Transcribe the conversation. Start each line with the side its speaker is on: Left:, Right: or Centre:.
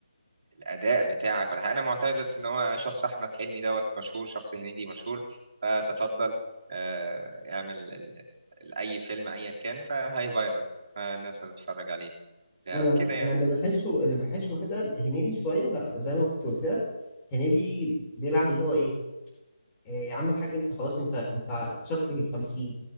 Right: الاداء بتاعك ولا حاجه انا معتمد بس ان هو شخص احمد حلمي دوت مشهور شخص هنيدي مشهور فتفضل آه، اعمل ال- ال- اي فيلم ايا كان فهاي فايرال فالناس هتتفرج عليه بتاع
Left: انا
Right: كده يعني
Left: انا اللي بحسه اللي بحسه كده هنيدي شويه لا زي ما كنت قلت لك هنيدي بيلعب اللي هو ايه إيه يا عم الحاج انت خلاص انت انت كسرت ال 50